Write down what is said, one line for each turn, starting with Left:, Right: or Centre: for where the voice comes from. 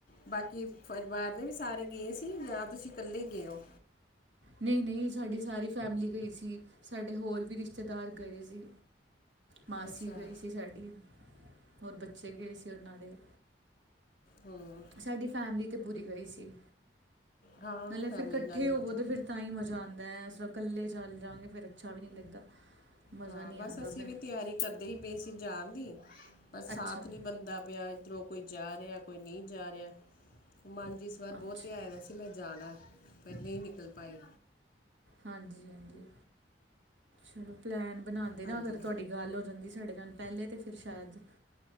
Left: ਬਾਕੀ ਪਰਿਵਾਰ ਦੇ ਵੀ ਸਾਰੇ ਗਏ ਸੀ ਜਾਂ ਤੁਸੀਂ ਕੱਲੇ ਹੀ ਗਏ ਹੋ
Right: ਨਹੀਂ- ਨਹੀਂ ਸਾਡੀ ਸਾਰੀ ਫੈਮਿਲੀ ਗਈ ਸੀ ਸਾਡੇ ਹੋਰ ਵੀ ਰਿਸ਼ਤੇਦਾਰ ਗਏ ਸੀ ਮਾਸੀ
Left: ਅੱਛਾ
Right: ਗਈ ਸੀ ਸਾਡੀ, ਹੋਰ ਬੱਚੇ ਗਏ ਸੀ ਉਹਨਾਂ ਦੇ
Left: ਹਮ
Right: ਸਾਡੀ ਫੈਮਿਲੀ ਤੇ ਪੂਰੀ ਗਈ ਸੀ,
Left: ਹਾਂ
Right: ਨਾਲੇ
Left: ਫੈਮਿਲੀ
Right: ਫਿਰ ਇਕੱਠੇ
Left: ਨਾਲ ਹੀ
Right: ਹੋਵੋ
Left: ਮਜ਼ਾ ਆਉਂਦਾ
Right: ਤੇ ਫਿਰ ਤਾਂ ਹੀ ਮਜ਼ਾ ਜਾਂਦਾ ਏ, ਐਸੇ ਕੱਲੇ ਚੱਲ ਜਾਂਣਗੇ ਫਿਰ ਅੱਛਾ ਵੀ ਨਹੀਂ ਲੱਗਦਾ ਮਜ਼ਾ
Left: ਹਾਂ
Right: ਨਹੀਂ
Left: ਬਸ,
Right: ਆਉਂਦਾ
Left: ਅਸੀਂ
Right: ਫਿਰ
Left: ਵੀ ਤਿਆਰੀ ਕਰਦੇ ਹੀ ਪਏ ਸੀ ਜਾਣ ਦੀ, ਪਰ ਸਾਥ
Right: ਅੱਛਾ
Left: ਨਹੀਂ ਬਣਦਾ ਪਿਆ ਇਧਰੋਂ ਕੋਈ ਜਾ ਰਿਹਾ, ਕੋਈ ਨਹੀਂ ਜਾ ਰਿਹਾ ਮਨ ਚ ਇਸ ਵਾਰ
Right: ਅੱਛਾ
Left: ਬਹੁਤ ਤਿਹਾਂਯਾ ਦਾ ਸੀ ਮੈਂ ਜਾਣਾ, ਪਰ ਨਹੀਂ ਨਿਕਲ ਪਾਈ
Right: ਹਾਂਜੀ- ਹਾਂਜੀ, ਚਲੋ ਪਲੈਨ ਬਣਾਉਦੇ
Left: ਹਾਂਜੀ
Right: ਤੇ ਅਗਰ ਤੁਹਾਡੀ ਗੱਲ ਹੋ ਜਾਂਦੀ ਸਾਡੇ ਨਾਲ ਪਹਿਲੇ ਤਾਂ ਫਿਰ ਸ਼ਾਇਦ,